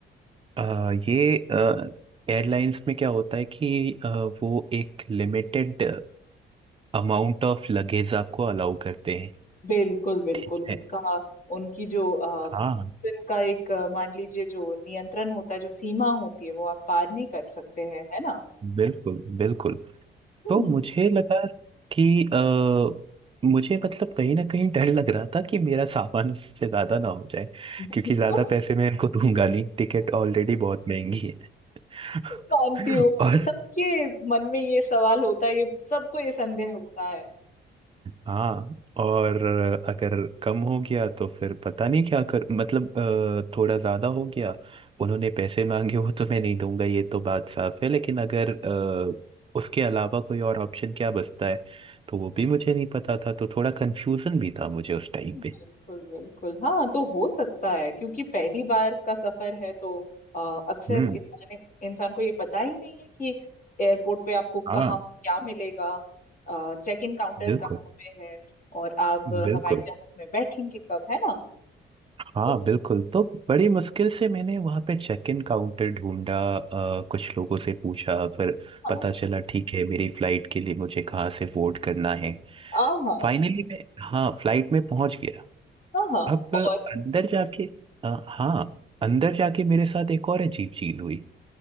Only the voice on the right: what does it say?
अ, ये एयरलाइंस में क्या होता है कि अ, वो एक लिमिटेड अमाउंट ऑफ लगेज आपको अलाउ करते हैं
ठीक
है
हाँ
बिल्कुल बिल्कुल
तो मुझे लगा कि अ, मुझे मतलब कहीं ना कहीं डर लग रहा था कि मेरा सामान उससे ज्यादा ना हो जाए
क्योंकि ज्यादा पैसे मैं इनको दूंगा नहीं टिकट ऑलरेडी बहुत महंगी है
<laughs>
और
हाँ और अगर कम हो गया तो फिर पता नहीं क्या कर मतलब अ, थोड़ा ज़्यादा हो गया उन्होंने पैसे मांगे वो तो मैं नहीं दूंगा ये तो बात साफ है लेकिन अगर अ, उसके अलावा कोई और ऑप्शन क्या बचता है तो वो भी मुझे नहीं पता था तो थोड़ा कंफ्यूजन भी था मुझे उस टाइम
पे
हम्म
हाँ
बिल्कुल
बिल्कुल
हाँ
बिल्कुल तो बड़ी मुश्किल से मैंने वहाँ पे चेक इन काउंटर ढूंढा अ, कुछ लोगों से पूछा फिर
पता चला ठीक है मेरी फ्लाइट के लिए मुझे कहाँ से बोर्ड करना है
फाइनली मैं हाँ फ्लाइट में पहुँच गया
अब
अंदर जाके अ, हाँ अंदर जाके मेरे साथ एक और अजीब चीज़ हुई